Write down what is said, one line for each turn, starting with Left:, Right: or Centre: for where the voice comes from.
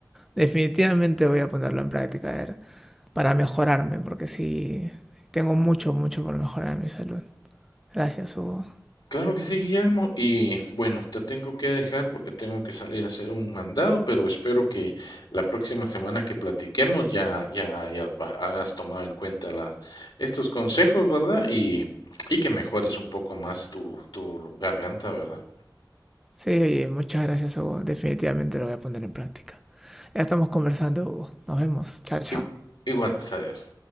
Centre: Definitivamente voy a ponerlo en práctica a ver, para mejorarme, porque sí, sí tengo mucho, mucho por mejorar en mi salud. Gracias, Hugo.
Left: Claro que sí, Guillermo. Y bueno, te tengo que dejar porque tengo que salir a hacer un mandado, pero espero que la próxima semana que platiquemos ya, ya, ya va- hayas tomado en cuenta la, estos consejos, ¿verdad? Y, y que mejores un poco más tu, tu garganta, ¿verdad?
Centre: Sí, oye, muchas gracias, Hugo. Definitivamente lo voy a poner en práctica. Ya estamos conversando, Hugo. Nos vemos. Chao, chao.
Left: Igu- Igual, pues, adiós.